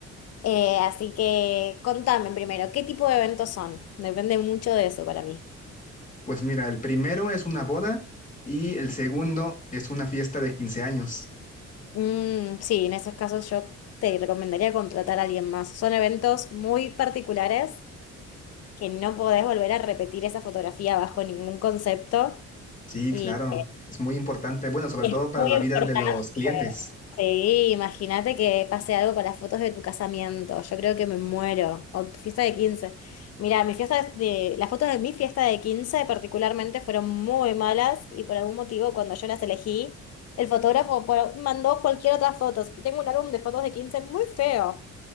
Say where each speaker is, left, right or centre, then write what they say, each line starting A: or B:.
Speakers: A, on the left; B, on the left.
A: Eh, así que contame primero, ¿qué tipo de eventos son? Depende mucho de eso para mí.
B: Pues mira, el primero es una boda y el segundo es una fiesta de 15 años.
A: Mm, sí, en esos casos yo te recomendaría contratar a alguien más. Son eventos muy particulares que no podés volver a repetir esa fotografía bajo ningún concepto
B: Sí,
A: y
B: claro, es muy importante, bueno, sobre
A: Es
B: todo para
A: muy
B: la
A: importante.
B: vida de los clientes.
A: Sí, imagínate que pase algo con las fotos de tu casamiento. Yo creo que me muero. O tu fiesta de quince Mira, mi fiesta de, las fotos de mi fiesta de 15 particularmente fueron muy malas y por algún motivo cuando yo las elegí, el fotógrafo por- mandó cualquier otra fotos. Y tengo un álbum de fotos de 15 muy feo.